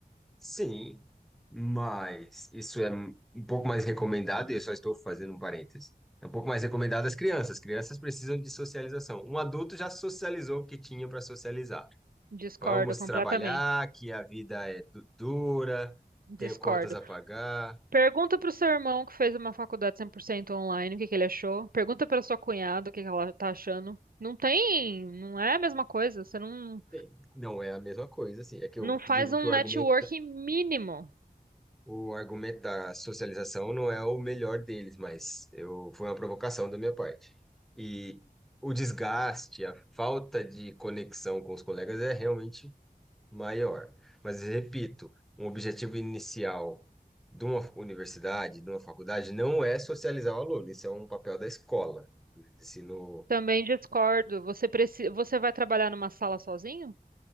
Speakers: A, in the centre; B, on the right.
A: Sim, mas isso é um pouco mais recomendado, e eu só estou fazendo um parênteses. É um pouco mais recomendado às crianças. Crianças precisam de socialização. Um adulto já socializou o que tinha para socializar.
B: Discordo
A: Vamos
B: completamente.
A: trabalhar, que a vida é du- dura,
B: Discordo.
A: tenho contas a pagar.
B: Pergunta pro seu irmão que fez uma faculdade 100% online, o que que ele achou. Pergunta pra sua cunhada o que que ela tá achando. Não tem, não é a mesma coisa. Você não,
A: Sim. Não é a mesma coisa, assim. É que
B: não
A: eu
B: faz
A: digo
B: um
A: que o
B: networking
A: argumento
B: mínimo.
A: O argumento da socialização não é o melhor deles, mas eu foi uma provocação da minha parte. E o desgaste, a falta de conexão com os colegas é realmente maior. Mas repito, um objetivo inicial de uma universidade, de uma faculdade, não é socializar o aluno. Isso é um papel da escola, do ensino
B: Também discordo. Você precisa, você vai trabalhar numa sala sozinho?